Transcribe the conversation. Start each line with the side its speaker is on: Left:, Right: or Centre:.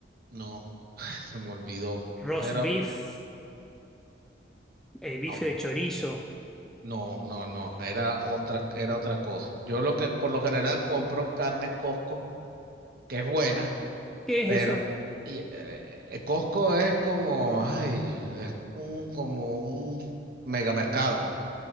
Right: no, <laughs> <sighs> se me olvidó.
Centre: roast
Right: Pero
Centre: beef. El bife
Right: no,
Centre: de chorizo.
Right: no, no, no, era otra, era otra cosa. Yo lo que, por lo general compro carne en Costco, que es buena
Centre: ¿Qué es
Right: Pero
Centre: eso?
Right: y, eh, eh, Costco es como, ay, es un, como un megamercado.